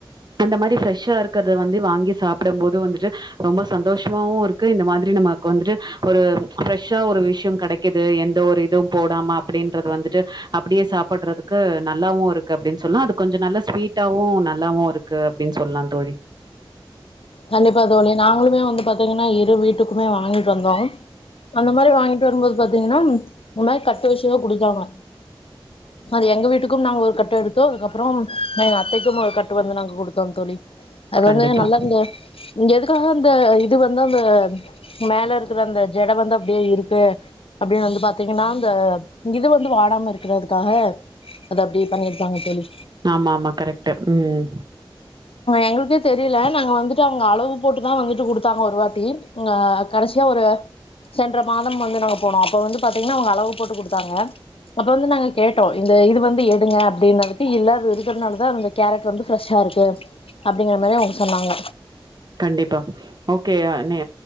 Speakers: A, on the right; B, on the left.
A: அந்த மாரி ஃப்ரெஷ்ஷா இருக்கறத வந்து வாங்கி சாப்டம் போது வந்துட்டு ரொம்பஸ் சந்தோஷமாவு இருக்கு இந்த மாதிரி நமக்கு வந்துட்டு ஒரு ஃப்ரெஷ்ஷா ஒரு விஷ்யோம் கெடைக்குது எந்த ஒரு இதும் போடாமா அப்டின்றது வந்துட்டு அப்டியே சாப்படுறதுக்கு நல்லாவு இருக்கு அப்டின் சொல்லா அது கொஞ்சோ நல்லா ஸ்வீட்டாவு நல்லாவு இருக்கு அப்டின் சொல்லாம் தோழி
B: கண்டிப்பா தோழி நாங்களுமே வந்து பாத்தீங்கன்னா இரு வீட்டுக்குமே வாங்கிட்டு வந்தோ அந்த மாரி வாங்கிட்டு வரும்போது பாத்தீங்கன்னா இந்த மாரி கட்டு வெச்சுதா குடுத்தாங்க அது எங்க வீட்டுக்கும் நாங்க ஒரு கட்டு எடுத்தோ அதுக்கப்புறோ நா எங்க அத்தைக்கும் ஒரு கட்டு வந்து நாங்க குடுத்தோம் தோழி அது
A: கண்டிப்பா
B: வந்து நல்லா இருந்து இங்க எதுக்காக அந்த இது வந்து அந்த மேல இருக்குற அந்த ஜட வந்து அப்டியே இருக்கு அப்டின்னு வந்து பாத்தீங்கன்னா அந்த இது வந்து வாடாம இருக்குறதுக்காக அத அப்டி பண்ணிருக்காங்க தோழி
A: ஆமா ஆமா கரெக்ட்டு ம்
B: எங்களுக்கே தெரியில நாங்க வந்து டு அவங்க அளவு போட்டுதா வந்துட்டு குடுத்தாங்க ஒரு வாட்டி அ கடசியா ஒரு சென்ற மாதம் வந்து நாங்க போனோ அப்ப வந்து பாத்திங்கன்னா அவங்க அளவு போட்டு குடுத்தாங்க அப்ப வந்து நாங்க கேட்டோ இந்த இது வந்து எடுங்க அப்டினதுக்கு இல்ல அத இருக் இதனாலதா அந்த கேரட் வந்து ஃரெஷ்ஷா இருக்கு அப்டிங்குற மாரி அவங்க சொன்னாங்க
A: கண்டிப்பா ஓகே நே